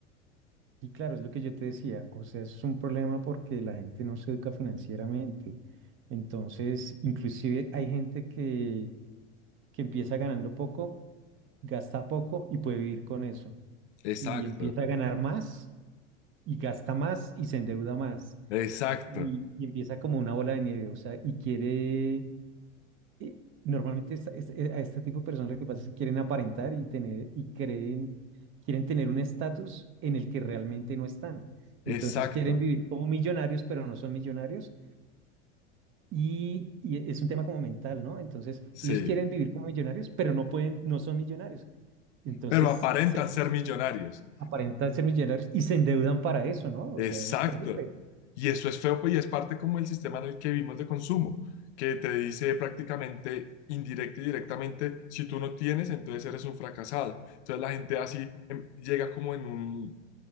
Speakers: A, on the right; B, on the left.
A: Y claro, es lo que yo te decía, o sea, es un problema porque la gente no se educa financieramente. Entonces, inclusive hay gente que, que empieza ganando poco, gasta poco y puede vivir con eso.
B: Exacto,
A: Y empieza a ganar más y gasta más y se endeuda más.
B: exacto,
A: Y, y empieza como una bola de nieve, o sea, y quiere eh, Normalmente esta- esta- eh, a este tipo de personas lo que pasa es que quieren aparentar y tener y creen, quieren tener un estatus en el que realmente no están.
B: exacto,
A: Entonces quieren vivir como millonarios, pero no son millonarios. Y, y es un tema como mental, ¿no? Entonces
B: sí.
A: ellos quieren vivir como millonarios, pero no pueden, no son millonarios. Entonces
B: Pero aparentan
A: se
B: ser millonarios.
A: aparentan ser millonarios y se endeudan para eso, ¿no? O
B: Exacto.
A: sea, eso es terrible.
B: Y eso es feo, pues, y es parte como el sistema en el que vivimos de consumo, que te dice prácticamente indirecta y directamente, si tú no tienes, entonces eres un fracasado. Entonces la gente así em, llega como en un,